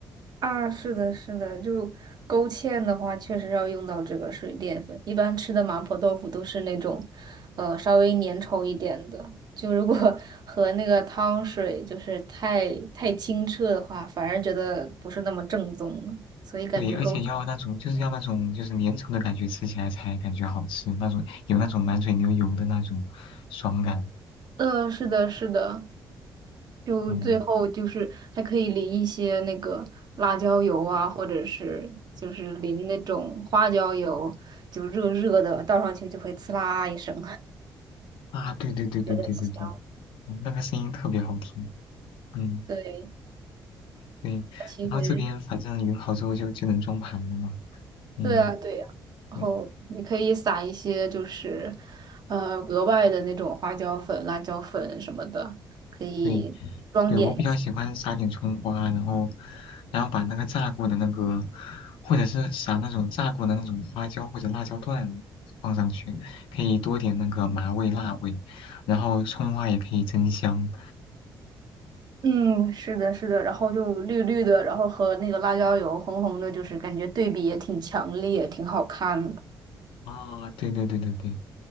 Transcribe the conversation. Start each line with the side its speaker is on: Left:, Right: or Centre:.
Right: 啊，是的，是的，就勾芡的话，确实要用到这个水淀粉。一般吃的麻婆豆腐都是那种，呃，稍微粘稠一点的。就如果 <laughs> 和那个汤水就是太太清澈的话，反而觉得不是那么正宗了。所以感觉勾，
Left: 对，而且要那种就是要那种就是粘稠的感觉，吃起来才感觉好吃，那种有那种满嘴流油的那种爽感。
Right: 呃，是的，是的，就最后就是还可以淋一些那个辣椒油啊，
Left: 嗯
Right: 或者是就是淋那种花椒油，就热热的，倒上去就会呲啦一声。
Left: 啊，对对对对对对对，
Right: 觉得香。
Left: 嗯那个声音特别好听。嗯，
Right: 对，
Left: 对。
Right: 它其实
Left: 然后这边反正匀好之后就就能装盘了嘛。嗯，
Right: 对啊，对呀、然后你可以撒一些就是，
Left: 对
Right: 呃，额外的那种花椒粉、辣椒粉什么的，可以装点一下。
Left: 对，对，我比较喜欢撒点葱花，然后，然后把那个炸过的那个，或者是撒那种炸过的那种花椒或者辣椒段放上去，可以多点那个麻味、辣味，然后葱花也可以增香。
Right: 嗯，是的，是的，然后就绿绿的，然后和那个辣椒油红红的，就是感觉对比也挺强烈，挺好看的。
Left: 啊、对对对对对，